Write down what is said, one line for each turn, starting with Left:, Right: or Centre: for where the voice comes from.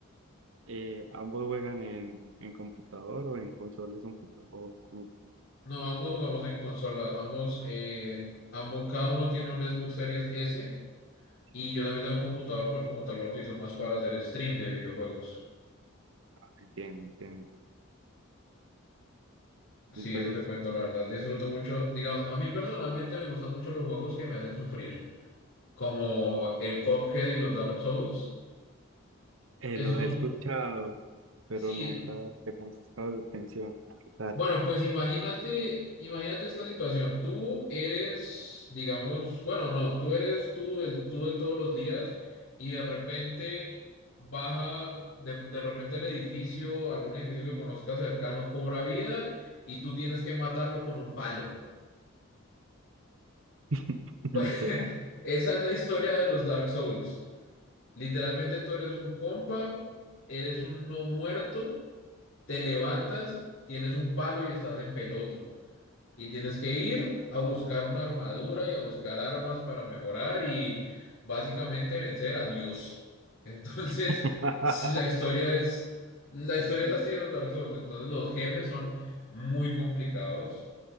Right: Eh, ¿ambos juegan en, en computador o en consolas un o como-
Left: No, ambos jugamos en consola, ambos, eh, ambos, cada uno tiene un Xbox Series S y
Right: sí.
Left: yo también tengo computador, pero el computador lo utilizo más para hacer stream de videojuegos.
Right: Ah, Entiendo, entiendo.
Left: Sí,
Right: Entonces,
Left: eso te cuento, la verdad, disfruto mucho, digamos, a mí personalmente me gustan mucho los juegos que me hacen sufrir, como el Cuphead y los Dark Souls.
Right: eh,
Left: Esos
Right: los
Left: son,
Right: he escuchado,
Left: ju-
Right: pero
Left: sí,
Right: nunca te he prestado la atención. ¿Qué tal?
Left: Bueno, pues imagínate, imagínate esta situación. Tú eres, digamos, bueno, no, tú eres tú, el tú de todos los días, y de repente baja, de, de repente el edificio, algún edificio que conozcas cercano cobra vida y tú tienes que matarlo con un palo.
Right: <laughs>
Left: <laughs>
Right: Literal.
Left: Esa es la historia de los Dark Souls. Literalmente tú eres un compa, eres un no muerto, te levantas, tienes un palo y estás en peloto. Y tienes que ir a buscar una armadura y a buscar armas para mejorar y básicamente vencer a Dios. <laughs> Entonces,
Right: <laughs>
Left: s- la historia es, la historia es así de los Dark Souls. Entonces, los jefes son muy complicados.